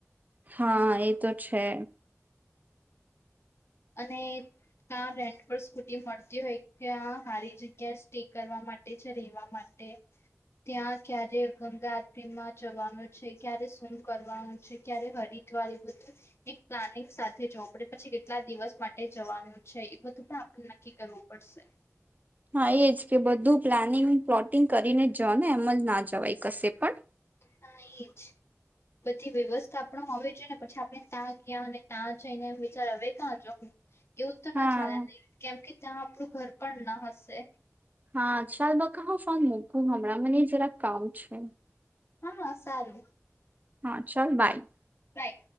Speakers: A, on the right; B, on the left.
A: હા એ તો છે.
B: અને ત્યાં રેન્ટ પર સ્કૂટી મળતી હોય ત્યાં હારી જગ્યા સ્ટે કરવા માટે છે રહેેવા માટે ત્યાં ક્યારે ગંગા આરમાં જવાનું છે ક્યારે સુમ કરવાનું છે ક્યારે હરિદ્વાર એ બધું એક પ્લાનિંગ જવું પડે પછી કેટલા દિવસ માટે જવાનું છે એ બધું પણ આપણે નક્કી કરવું પડશે.
A: હા એજ કે બધું પ્લાનિંગ પ્લોટિંગ કરીને જઓ ને એમ જ ના જવાય કશે પણ
B: ત એ જ બધી વ્યવસ્થા આપણે હોવી જોઈએ ને પછી આપણે ત્યાં ગયા અને ત્યાં જઈને એમ વિચાર હ કાં જો એવું તો
A: હા
B: ના ચાલે નહી કેમ કે ત્યાં આપું ઘર પણ ના હશે.
A: હા ચાલ બકા હું ફોન મુૂકું હમણાં મને જરાક કામ છે.
B: હા સારું.
A: હા ચાલ બાય.
B: બાય.